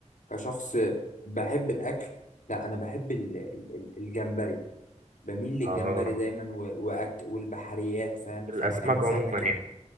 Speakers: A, on the left; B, on the right.
A: كشخص بحب الاكل لا انا بحب ال- ال- ال- الجمبري بميل
B: اه
A: للجمبري دايما و- وأك والبحريات فاهم
B: الاسماك
A: يعني مثلا
B: عموما يعني